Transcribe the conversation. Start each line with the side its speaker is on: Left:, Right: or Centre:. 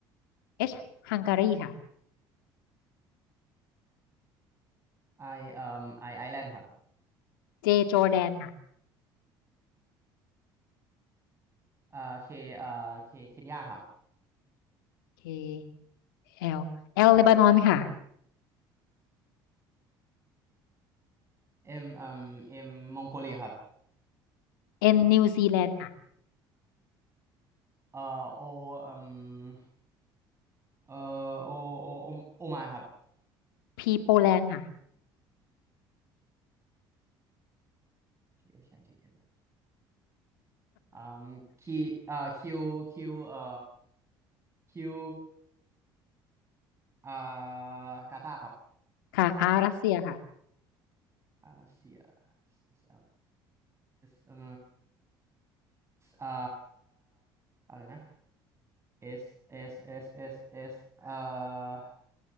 Left: H ฮังการีค่ะ
Right: ไอเอ่อไอไอแลนด์ครับ
Left: J จอร์แดนค่ะ
Right: อ่าเคเอ่อเคเคนยาครับ
Left: K L L เลบานอนค่ะ
Right: เอ็มเอ่อเอ็มมองโกเลียครับ
Left: N นิวซีแลนด์ค่ะ
Right: เอ่อโอเอ่อ เอ่อโอโอโอโอมานครับ
Left: P โปแลนด์ค่ะ
Right: ใช่ใช่อแคอืมคีเอ่อคิวคิวเอ่อคิวอ่ากาตาร์ครับ
Left: ค่ะ R รัสเซียค่ะ
Right: อ่ารัสเซียเอ่อเอสเอสเอ่ออ่าอะไรนะเอสเอสเอสเอสเอสเอ่อ